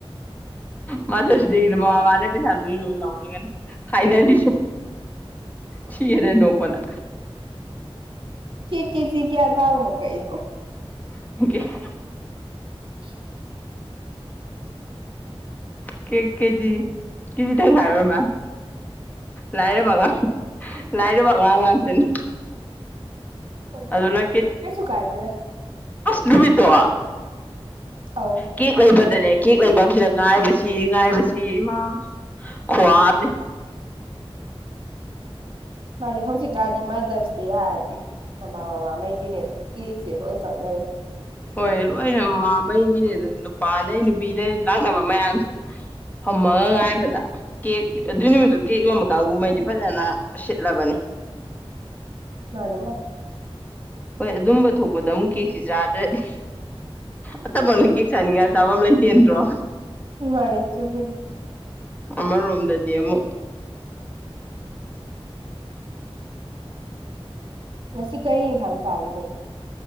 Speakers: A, on the left; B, on the right.
A: ꯃꯗꯁꯨꯗꯤ ꯃꯃꯥ ꯃꯄꯥꯅꯦ ꯄꯩꯁꯥ ꯂꯨ ꯂꯅ ꯂꯧꯔꯒꯅꯤ ꯐꯥꯏꯅꯂꯤꯁ ꯁꯤꯔꯦ ꯅꯣꯄꯅ
B: ꯀꯦ ꯀꯦꯖꯤꯒꯌꯥ ꯇꯥꯎꯅ ꯀꯩꯗꯧ
A: <inaudible>
B: <inaudible>
A: ꯀꯦꯛ ꯀꯦꯖꯤ ꯀꯦꯖꯤꯗꯪ ꯉꯥꯏꯔ ꯃꯥꯜ ꯂꯥꯏꯔꯕ ꯑꯉꯥꯡ ꯂꯥꯏꯔꯕ ꯑꯉꯥꯡ ꯉꯥꯛꯇꯅꯤ
B: ꯑꯣ
A: ꯑꯗꯨꯅ
B: ꯀꯩꯁꯨ ꯀꯥꯏꯗꯦꯗ
A: ꯅꯨꯨꯃꯤꯠꯇ
B: ꯑꯧ
A: ꯀ ꯀꯕꯗꯅꯦ ꯀꯦꯛ ꯂꯩꯐꯝꯁꯤꯗ ꯉꯥꯏꯕꯁꯤ ꯉꯥꯏꯕꯁꯤ ꯏꯃꯥ ꯈꯨꯋꯥꯑꯝꯅꯤ
B: ꯃꯥꯗꯤ ꯍꯧꯖꯤꯛꯀꯥꯟꯗꯤ ꯃꯥꯗꯔꯁ ꯗꯦ ꯍꯥꯏꯔꯗꯤ ꯃꯃꯥ ꯕꯥꯉꯩꯒꯤꯅꯦꯅ ꯀꯦꯛꯁꯦ ꯂꯣꯏ ꯀꯛꯅꯔꯦ
A: ꯍꯣꯏ ꯂꯣꯏꯅ ꯃꯃꯥꯉꯩꯒꯤꯅꯦ ꯅꯨꯄꯥꯗꯩ ꯅꯨꯄꯤꯗꯩ ꯂꯥꯛꯅꯕ ꯃꯌꯥꯝꯁꯦ ꯐꯝꯃꯒ ꯉꯥꯏꯕꯗ ꯀꯦꯛ ꯑꯗꯨꯏ ꯅꯨꯃꯤꯠꯇꯣ ꯀꯦꯛ ꯌꯣꯟꯕ ꯀꯥꯡꯒꯨꯝꯍꯩꯗꯤ ꯐꯖꯅ ꯁꯤꯠꯂꯕꯅꯤ
B: ꯃꯥꯅꯤ ꯃꯥꯅꯤ
A: ꯍꯣꯏ ꯑꯗꯨꯝꯕ ꯊꯣꯛꯄꯗ ꯑꯃꯨꯛ ꯀꯦꯛꯁꯤ ꯆꯥꯗ꯭ꯔꯗꯤ ꯑꯠꯇꯕꯅ ꯀꯦꯛ ꯆꯥꯅꯤꯡꯉꯥꯏ ꯆꯥꯐꯝ ꯂꯩꯇꯦꯟꯗ꯭ꯔꯣ
B: ꯃꯅꯤ ꯆꯨꯝꯃꯤꯅꯤ
A: ꯑꯃꯔꯣꯝꯗꯗꯤ ꯑꯃꯨꯛ
B: ꯉꯁꯤ ꯀꯔꯤ ꯢꯟꯁꯪ ꯆꯥꯒꯤꯕꯅꯣ